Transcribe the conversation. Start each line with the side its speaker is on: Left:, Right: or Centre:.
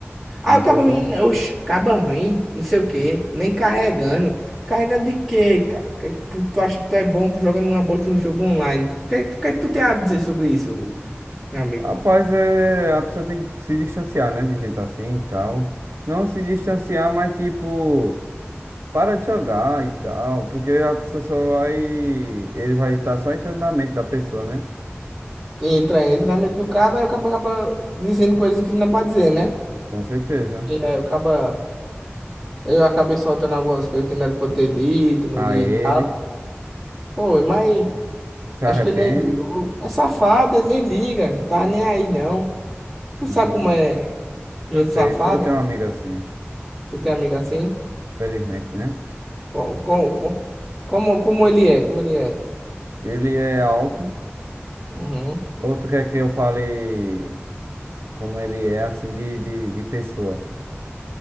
Centre: Aí
Right: vem
Centre: o cabo
Right: todo.
Centre: ruim, né? oxe, caba ruim, não sei o quê, nem carregando. Carregando de quê, cara? Que é que Tu tu acha que tu é bom jogando uma bosta num jogo online? O que, tu- que é que tu tem a dizer sobre isso, meu amigo?
Right: Rapaz, é, a pessoa tem que se distanciar, né? De gente assim e tal. Não se distanciar, mas tipo, para de jogar e tal. Porque a pessoa só vai. Ele vai estar só entrando na mente da pessoa, né?
Centre: Entra, entra na mente do cabo, aí o cabo acaba dizendo coisas que não é pra dizer, né?
Right: Com certeza.
Centre: E aí o cabo, eu acabei soltando algumas coisas que não era pra eu ter dito, não
Right: A
Centre: li
Right: ele,
Centre: e tal. Pô, mas
Right: se
Centre: acho
Right: arrepende.
Centre: que ele nem liga. Ô, É safado, ele nem liga, não tá nem aí não. Tu
Right: Hum,
Centre: sabe como é gente
Right: eu sei,
Centre: safada?
Right: eu tenho um amigo assim,
Centre: Tu tem amiga assim?
Right: felizmente, né?
Centre: Co- co- co- Como, como ele é, como ele é.
Right: Ele é alto.
Centre: Uhum.
Right: Ou tu quer que eu fale como ele é, assim, de, de, de pessoa?